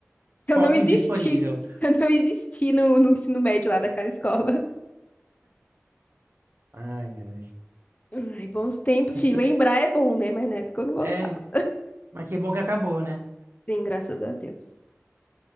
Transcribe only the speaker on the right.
Foto
indisponível.
Ai, ai.
Mas
que.
É, mas que bom que acabou, né?